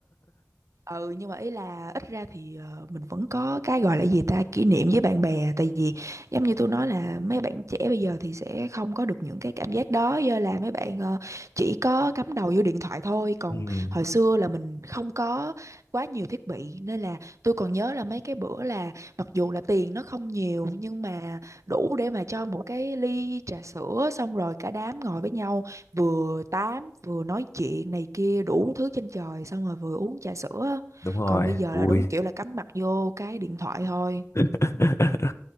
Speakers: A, on the right; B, on the left.
A: ừ nhưng mà ý là ít ra thì ờ, mình vẫn có cái gọi là gì ta kỷ niệm với bạn bè tại vì giống như tôi nói là mấy bạn trẻ bây giờ thì sẽ không có được những cái cảm giác đó do là mấy bạn ờ, chỉ có cắm đầu vô điện thoại thôi còn
B: ừ.
A: hồi xưa là mình không có quá nhiều thiết bị nên là tôi còn nhớ là mấy cái bữa là mặc dù là tiền nó không nhiều nhưng mà đủ để mà cho một cái ly trà sữa xong rồi cả đám ngồi với nhau vừa tám vừa nói chuyện này kia đủ thứ trên trời xong rồi vừa uống trà sữa á.
B: đúng rồi
A: còn bây giờ
B: vui
A: là đúng kiểu là cắm mặt vô cái điện thoại thôi
B: <laughs>